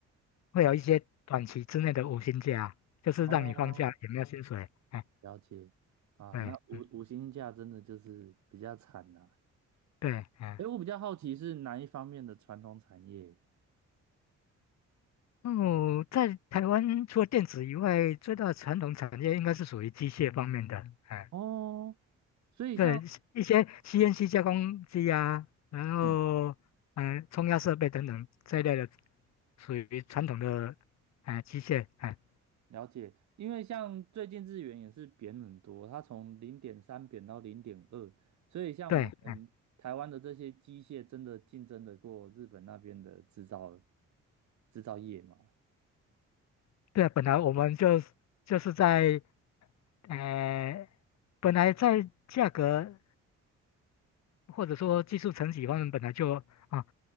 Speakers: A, on the left; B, on the right.
A: 会有一些短期之内的无薪假，就是让你放假也没有薪水。
B: 哦，
A: 哎，
B: 了解啊，
A: 对，
B: 那五五星假真的就是比较惨呐、
A: 嗯，对，哎，
B: 诶，我比较好奇是哪一方面的传统产业
A: 哦，在台湾除了电子以外，最大的传统产业应该是属于机械方面的。哎，
B: 哦，所以像
A: 对，一些 CNC 加工机啊，然后嗯、
B: 嗯，
A: 呃冲压设备等等这一类的，属于传统的哎机械。哎，
B: 了解，因为像最近日元也是贬很多，它从零点三贬到零点二，所以像我们台湾的这些机械真的竞争得过日本那边的制造
A: 对，哎，
B: 制造业吗？
A: 对啊，本来我们就就是在呃。本来在价格或者说技术层级方面本来就啊，